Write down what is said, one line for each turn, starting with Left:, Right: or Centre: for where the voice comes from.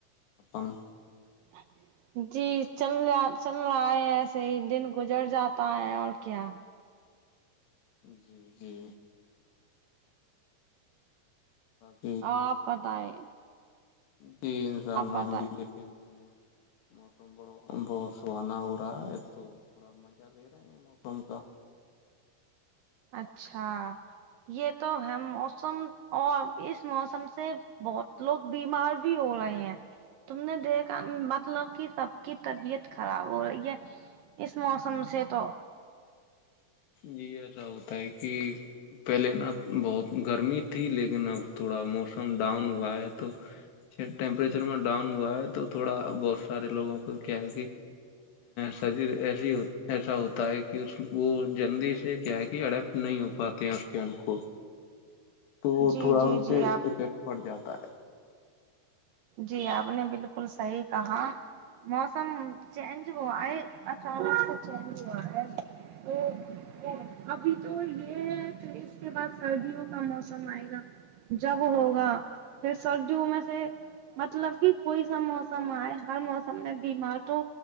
Left: <unintelligible>
Right: <unintelligible> جی چل رہا چل رہا ہے ایسے ہی دن گزر جاتا ہے اور کیا
Left: جی جی بس
Right: آپ پت ہے
Left: جی انشاء اللہ
Right: بتائیں
Left: ہم بھی لیٹے ہوئے ہیں موسم بڑ بہت سہانا ہو رہا ہے تو تھوڑا مزہ لے رہے ہیں موسم کا
Right: اچھا یہ تو ہے موسم اور اس موسم سے بہت لوگ بیمار بھی ہو رہے ہیں تم نے دیکھا مطلب کہ سب کی طبیعت خراب ہو رہی ہے اس موسم سے تو
Left: جی ایسا ہوتا ہے کہ پہلے نا بہت گرمی تھی لیکن اب تھوڑا موسم ڈاؤن ہوا ہے تو ٹیمپریچر میں ڈاؤن ہوا ہے تو تھوڑا بہت سارے لوگوں کو کیا ہے کہ شریر ایسی ایسا ہوتا ہے کہ اس وہ جلدی سے کیا ہے کہ اڈپٹ نہیں ہو پاتے ہیں اس کے ان کوو تو
Right: جی
Left: تھوڑا
Right: جی
Left: ان پہ
Right: جی آپ
Left: افیکٹ پڑ جاتا ہے
Right: جی آپ نے بالکل صحیح کہا موسم چینج ہوا ہے اچانک کچھ گیا ہے یہ ابھی تو یہ ہے کہھر اس کے بعد سردیوں کا موسم آئے گا جب ہوگا پھر سردیوں میں سے مطلب کہ کوئی سا موسم آئے ہر موسم میں بیمار تو